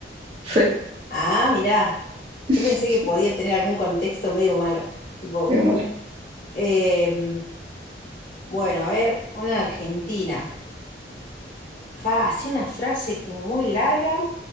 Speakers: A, on the right (about 30°); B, on the left (about 45°).
A: Sí,
B: Ah, mirá.
A: <laughs>
B: Yo pensé que podía tener algún contexto medio malo. Tipo, mm,
A: qué malo.
B: em, bueno, a ver, una argentina. Fa, así una frase como muy larga.